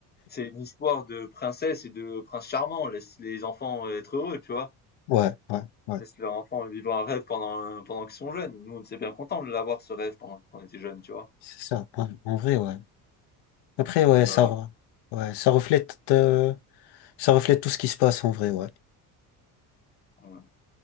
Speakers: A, on the left; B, on the left.
A: C'est une histoire de princesse et de prince charmant. Laisse les enfants être heureux, tu vois?
B: Ouais, ouais, ouais.
A: Laisse leurs enfants vivre un rêve pendant, euh, pendant qu'ils sont jeunes. Nous, on était bien contents de l'avoir, ce rêve, pendant qu'on était jeunes, tu vois?
B: C'est ça, ouais. En vrai, ouais. Après,
A: C'est
B: ouais,
A: le débat
B: ça,
A: là.
B: re- ouais, ça reflète, euh, ça reflète tout ce qui se passe en vrai, ouais.
A: Ouais.